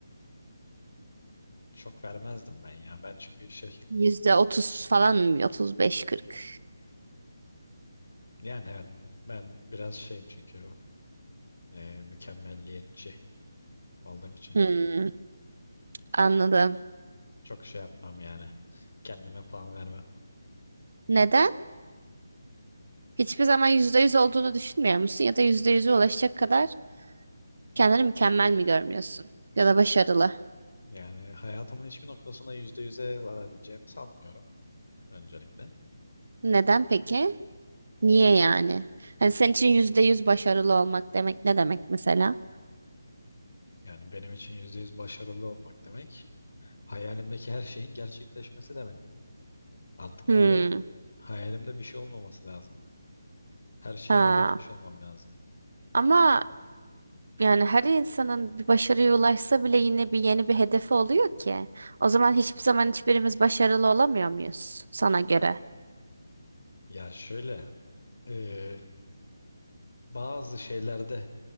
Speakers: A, on the left (about 75°); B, on the right (about 55°).
A: çok vermezdim ben ya. Ben çünkü şey,
B: Yüzde otuz falan mı? Otuz beş kırk.
A: yani evet ben biraz şeyim çünkü ee, mükemmelliyetçi olduğum için
B: Hmm, anladım.
A: çok şey yapmam yani. Kendime puan vermem.
B: Neden? Hiçbir zaman yüzde yüz olduğunu düşünmüyor musun? Ya da yüzde yüze ulaşacak kadar kendini mükemmel mi görmüyorsun? Ya da başarılı.
A: Yani hayatımın hiçbir noktasına yüzde yüze varabileceğimi sanmıyorum öncelikle.
B: Neden peki? Niye yani? Hani senin için yüzde yüz başarılı olmak demek ne demek mesela?
A: Yani benim için yüzde yüz başarılı olmak demek hayalimdeki her şeyin gerçekleşmesi demek. Artık
B: Hmm.
A: böyle hayalimde bir şey olmaması lazım. Her şeyi
B: Ha.
A: elde etmiş olmam lazım.
B: Ama Yani her insanın bir başarıya ulaşsa bile yine bir yeni bir hedefi oluyor ki. O zaman hiçbir zaman hiçbirimiz başarılı olamıyor muyuz sana göre?
A: Ya şöyle e, bazı şeylerde